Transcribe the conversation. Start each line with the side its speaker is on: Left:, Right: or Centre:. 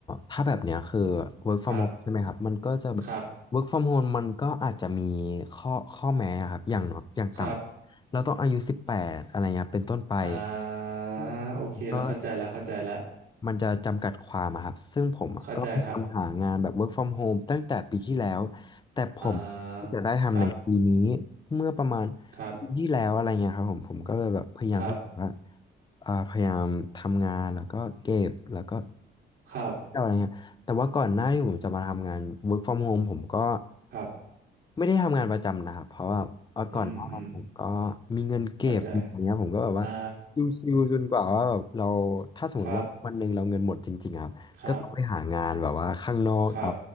Left: ถ้าแบบเนี้ยคือ work from
Right: ครับ
Left: home ใช่ไหมครับมันก็จะแบบ
Right: คร
Left: work from home มันก็อาจจะมีข้อข้อแม้ครับอย่างน้อยอย่างต่ำเราต้องอายุสิบแปดอะไรเงี้ยเป็นต้นไป
Right: ับ อ่า
Left: อืม
Right: โอเคแล้วเข้าใจแล้วเข้าใจแล้ว
Left: ก็ มันจะจำกัดความอะครับซึ่งผมอะก็พยายามหางานแบบ
Right: เข้าใจครับ
Left: work from home ตั้งแต่ปีที่แล้ว แต่ผมเพิ่งจะได้ทำในปีนี้
Right: อ่าครับ
Left: เมื่อประมาณ
Right: ครับ
Left: ปีที่แล้วอะไรเงี้ยครับผมผมก็เลยแบบพยายามที่จะว่า
Right: ครับ
Left: อ่าพยายามทำงาน แล้วก็เก็บแล้วก็
Right: ครับ
Left: อะไรเงี้ยแต่ว่าก่อนหน้าที่ผมจะมาทำงาน work from home ผมก็
Right: ครับ
Left: ไม่ได้ทำงานประจำนะครับเพราะว่าเอาก่อนหน้านั้นผมก็
Right: อืมอืม
Left: มีเงินเก็บมีอย่างเงี้ยผมก็แบบว่าชิวๆจนกว่าว่าแบบเรา
Right: เข้าใจอ่า
Left: ถ้าสมมติว่าวันหนึ่งเราเงินหมดจริงๆครับก็ต้องไปหางานแบบว่าข้างนอกเอา
Right: ครับครับครับ